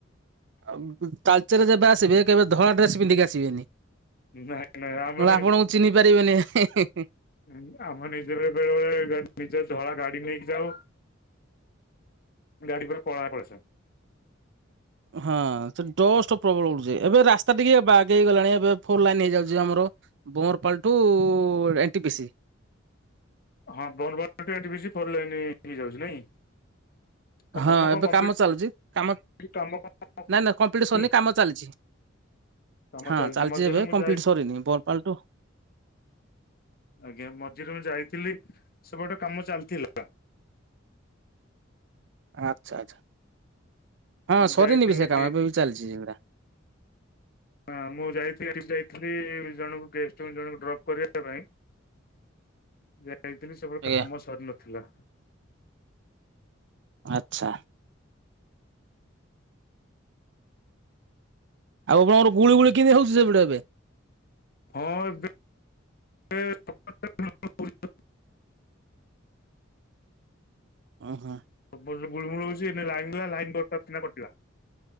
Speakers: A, on the right; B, on the left.
A: ଆଉ ଉ ଚାଲ ଚାଲି ଯେବେ ଆସିବେ କେବେ ଧଳା ଡ୍ରେସ୍ ପିନ୍ଧିକି ଆସିବେନି ନହେଲେ
B: ନାଇଁ ନାଇଁ ଆମେ ତ
A: ଆପଣଙ୍କୁ ଚିହ୍ନି ପାରିବେନି ହେ ହେ ହେ।
B: ଉ ଆମ ନିଜେ ବେଳେବଳେ ବେଳେବେଳେ ନିଜେ ଧଳା ଗାଡି ନେଇକି ଯାଉ। ଗାଡି ପୁରା କଳା କରଛ।
A: ହଁ ସେ ଡଷ୍ଟ ପ୍ରବଳ ଉଡୁଚି ଏବେ ରାସ୍ତା ଟିକିଏ ବାଗେଇ ଗଲାଣି ଏବେ ଫୋର ଲାଇନ ହେଇଯାଉଚି ଆମର। ବୋରପାଲି ଠୁ ଏନ୍ ଟି ପି ସି।
B: ହଁ ବନ୍ଦବାନ୍ଦ ଏନ୍ ଟି ପି ସି ପଡଲାଣି ହେଇଯାଉଚି ନାଇଁ? କାମ
A: ହଁ
B: କଣ
A: ଏବେ
B: କମ୍ପ୍ଲିଟ
A: କାମ ଚାଲଚି କାମ
B: କାମ କଣ
A: ନାଇଁ ନାଇଁ କମ୍ପ୍ଲିଟ୍
B: ହେଇନି?
A: ସରନି କାମ ଚାଲଚି।
B: କାମ
A: ହଁ
B: ଚାଲିଛି
A: ଚାଲଚି
B: ମଝିରେ
A: ଏବେ
B: ମୁଁ
A: କମ୍ପ୍ଲିଟ୍
B: ଯାଇ
A: ସରିନି ବରପାଲୀ ଠୁ
B: ଆଜ୍ଞା ମଝିରେ ମୁଁ ଯାଇଥିଲି ସେପଟେ କାମ ଚାଲିଥିଲା।
A: ଆଚ୍ଛା ଆଚ୍ଛା ହଁ
B: ମୁଁ
A: ସରିନି
B: ଯାଇଥିଲି
A: ବି ସେ କାମ ଏବେ ବି ଚାଲିଚି ସେଗୁଡା।
B: ହଁ ମୁଁ ଯାଇଥିଲି ଏଠିକି ଯାଇଥିଲି ଜଣଙ୍କୁ ଗେଷ୍ଟଙ୍କୁ ଜଣଙ୍କୁ ଡ୍ରପ୍ କରିବା ପାଇଁ ଯାଇଥିଲି ସେପଟେ
A: ଆଜ୍ଞା।
B: କାମ ସରିନଥିଲା।
A: ଆଛା। ଆଉ ଆପଣଙ୍କର ଗୁଳୁଗୁଳି କେମିତିଆ ହୋଉଚି ସେପଟେ ଏବେ?
B: ହଁ ଏବେ <inaudible> ପ୍ରବଳ
A: ଓହାଁ।
B: ପ୍ରବଳର ଗୁଳୁମୁଳୁ ହୋଉଚି ଏଇନା ଲାଇନ ଥିଲା ଲାଇନ ହଠାତ କିନା କଟିଲା